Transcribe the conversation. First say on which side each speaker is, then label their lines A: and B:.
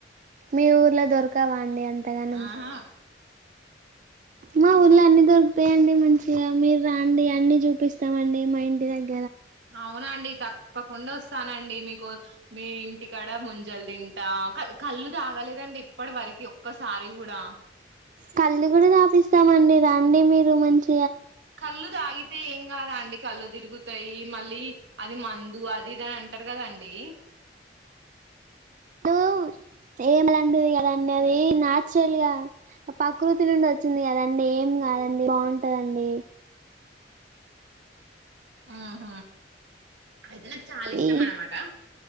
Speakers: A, on the right (about 45°); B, on the right (about 80°).
A: మీ ఊర్లో దొరకావా అండి అంతగాన
B: ఆహా
A: మా ఊర్లో అన్నిీ దొరుకుతాయండి మంచిగా మీరు రండి అన్ని చూపిస్తామండి మా ఇంటి దగ్గర
B: అవునా అండి తప్పకుండ వస్తం స్తానండి మీకు మీ ఇంటికాడ ముంజలు తింటా కళ్ళ కళ్ళు తాగలేదండి ఇప్పటి వరకు అరికి ఒక్కసారి కూడా
A: కళ్ళు కూడా తాపిస్తామండి రండి మీరు మంచి
B: కళ్లు తాగి అయితే ఏం కాదా అండి కళ్ళు తిరుగుతాయి మళ్ళీ అది మందు అది ఇది అని అంటారు కదాండి
A: ను ఏమి లాంటిది కదంండీ అది నాచురల్ గా ప్రకృతి నుండి వచ్చింది కదాండి ఏం కాదండి బాగుంటదండి
B: ఆహ అయితే నాకు చాలా ఇష్టం
A: ఈ
B: అనమాట